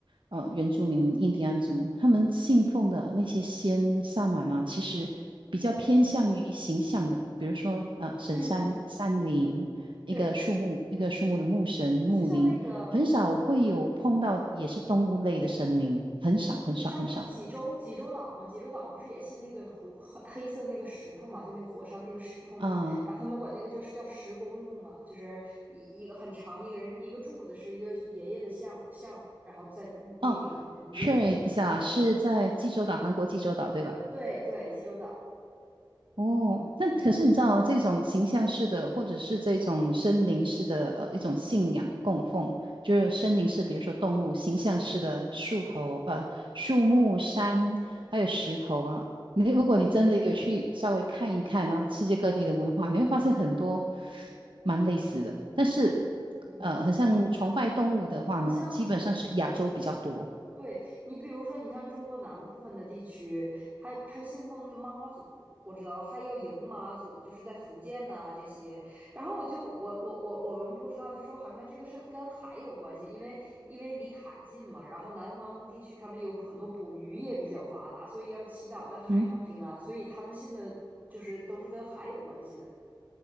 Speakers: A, on the right; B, on the right.
A: 呃原住民印第安族，他们信奉的那些仙萨满啊，其实比较偏向于形象的，比如说呃神山、
B: 嗯嗯，
A: 山林，一个树木，
B: 对，
A: 一个树木的木神、木灵，
B: 就像那个
A: 很少会有碰到也是动物类的神灵，很少很少很少。
B: 你你你像那个济州济州岛嘛，济州岛不是也信那个红黑黑色那个石头嘛，就那个火山那个石头嘛，
A: 啊、
B: 然后他们管那个叫叫石公公嘛，就是一一个很长的一个人一个柱子是一个爷爷的像像，然后在立那个上面，
A: 哦，
B: 他们就那个土地神。
A: 确认一下，是在济州岛，韩国济州岛对吧？
B: 对对，济州岛。
A: 哦，那可是你知道啊这种形象式的，或者是这种森林式的，呃，一种信仰供奉，就是森林式，比如说动物形象式的树头，呃，树木、山，还有石头啊。你如果你真的有去稍微看一看啊，世界各地的文化，你会发现很多蛮类似的。但是，
B: 嗯，
A: 呃，很像崇拜动物的话呢，
B: 你像
A: 基本上是亚洲比较多。
B: 对你，比如说，你像中国南部分的地区，还还信奉妈祖，我知道还要迎妈祖，就是在福建呐、这些。然后我就我我我我们不知道，就说好像这个是跟海有关系，因为因为离海近嘛。然后南方地区他们有很多捕鱼业比较发达，所以要祈祷在海上平安，
A: 嗯。
B: 所以他们信的就是都是跟海有关系的。